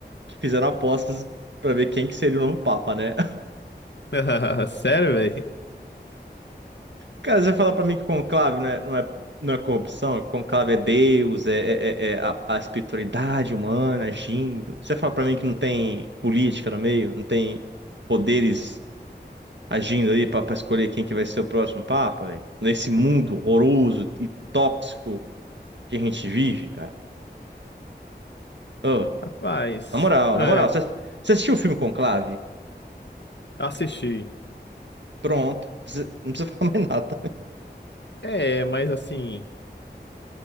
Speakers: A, on the right (about 85°); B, on the left (about 80°).
A: que fizeram apostas pra ver quem que seria o novo Papa, né?
B: <laughs> Sério, velho?
A: Cara, você fala pra mim que conclave não é, não é, não é corrupção, que conclave é Deus, é, é- é- é a, a espiritualidade humana agindo. Você fala pra mim que não tem política no meio, não tem poderes agindo aí pra, pra escolher quem que vai ser o próximo papa, velho? Nesse mundo horroroso e tóxico que a gente vive, cara. Ô,
B: Rapaz,
A: na moral,
B: é,
A: na moral, você, você assistiu o filme Conclave?
B: assisti.
A: Pronto, não Precisa- não precisa <laughs> falar mais nada.
B: É, mas assim,